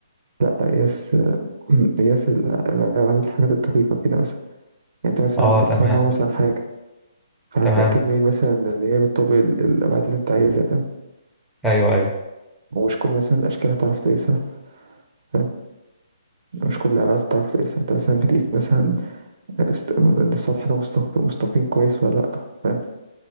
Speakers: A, on the right (about 50°); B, in the centre.
A: قياس قياس ال- ال- يعني الحاجات الدقيقة كده مثلا يعني أنت مثلا
B: اه
A: بتصنع
B: تمام
A: مثلا حاجة فهتتأكد
B: تمام
A: منين مثلا اللي هي بتطبق ال- الأبعاد اللي أنت عايزها فاهم
B: ايوه ايوه
A: ومش كل مثلا الأشكال هتعرف تقيسها فاهم مش كل الأبعاد هتعرف تقيسها أنت مثلا بتقيس مثلا است... إن السطح ده مستق... مستقيم كويس ولا لأ فاهم